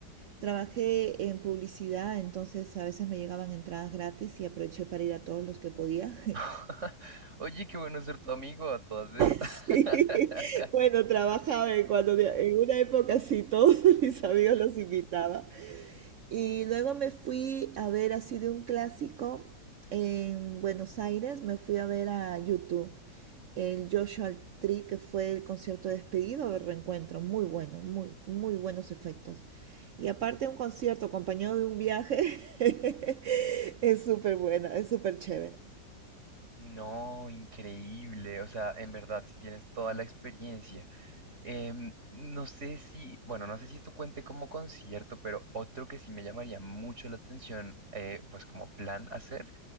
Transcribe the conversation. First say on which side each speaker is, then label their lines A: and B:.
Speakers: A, on the right; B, on the right.
A: Trabajé en publicidad, entonces a veces me llegaban entradas gratis y aproveché para ir a todos los que podía. <laughs>
B: <laughs> Oye, qué bueno ser tu amigo a todas estas.
A: Sí, bueno,
B: <laughs>
A: trabajaba en cuando en una época sí, todos <laughs> mis amigos los invitaba. Y luego me fui a ver así de un clásico en Buenos Aires, me fui a ver a YouTube el Joshua Tree, que fue el concierto de despedido de reencuentro, muy bueno, muy, muy buenos efectos. Y aparte un concierto acompañado de un viaje, <laughs> es súper buena, es súper chévere.
B: No, increíble. O sea, en verdad, si tienes toda la experiencia Em, no sé si, bueno, no sé si esto cuente como concierto, pero otro que sí me llamaría mucho la atención, eh, pues como plan hacer,